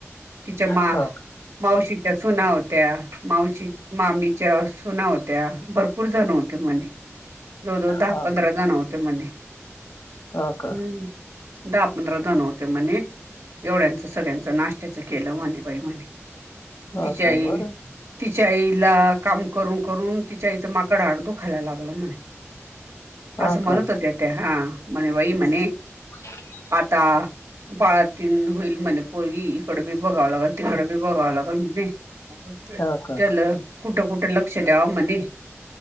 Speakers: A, on the right (about 75°); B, on the left (about 75°).
A: तिच्या मा
B: का
A: मावशीच्या सुना होत्या मावशी, मामी च्या सुना होत्या भरपूर जण होते म्हणे जवळजवळ दहा
B: हा
A: पंधरा जण होते म्हणे
B: हो का
A: हम्म दहा पंधरा जण होते म्हणे एवढ्यांचं सगळ्यांचं नाश्त्याचं केलं म्हणे बाई म्हणे
B: हा
A: तिची
B: का
A: आई
B: बरं
A: तिच्या आईला काम करून करून तिच्या आईचं माकड हाड दुखायला लागलं म्हणे
B: हा
A: असं म्हणत
B: का
A: होत्या त्या हा म्हणे बाई म्हणे
B: <inaudible>
A: आता बाळ तीन होईल म्हणे पोरगी इकड बी बघावं लागल तिकड बी बघावं लागल म्हणली.
B: हा का
A: चल कुठं कुठे लक्ष द्याव म्हणे